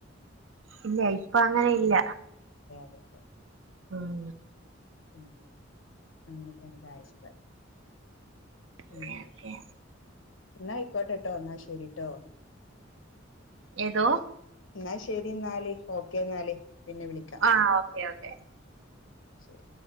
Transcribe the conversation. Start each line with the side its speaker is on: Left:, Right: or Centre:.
Right: ഇല്ല ഇപ്പൊ അങ്ങനെ ഇല്ല
Left: ആ
Right: ഉം
Left: ഉം അങ്ങനെയൊക്കെയെ കാര്യങ്ങൾ
Right: ഓക്കെ
Left: ഉ
Right: ഓക്കെ
Left: ംഎന്നായിക്കോട്ടെട്ടോ എന്നാൽ ശരിട്ടോ
Right: ഏതോ
Left: എന്നാൽ ശെരി എന്നാല് ഓക്കേ എന്നാല് പിന്നെ വിളിക്കാം
Right: ആഹ് ഓക്കെ ഓക്കെ
Left: ശരി